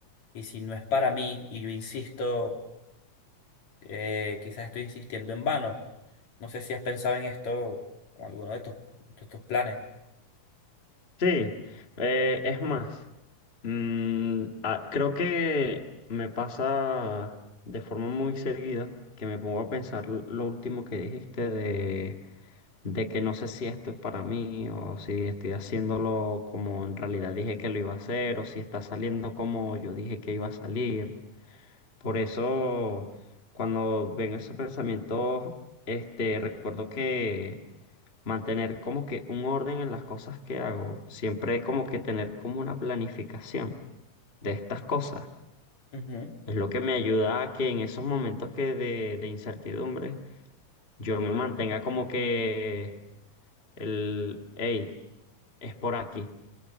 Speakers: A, on the left (about 65°); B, on the left (about 20°).
A: Y si no es para mí, y yo insisto, eh, quizás estoy insistiendo en vano. No sé si has pensado en esto con alguno de tus, de tus planes.
B: Sí, eh, es más, mm, ah, creo que me pasa de forma muy seguida que me pongo a pensar l- lo último que dijiste de, de que no sé si esto es para mí o si estoy haciéndolo como en realidad dije que lo iba a hacer o si está saliendo como yo dije que iba a salir. Por eso, cuando ven esos pensamientos, este, recuerdo que mantener como que un orden en las cosas que hago, siempre como que tener como una planificación de estas cosas,
A: Ujú.
B: es lo que me ayuda a que en esos momentos que de, de incertidumbre, yo me mantenga como que el, hey, es por aquí.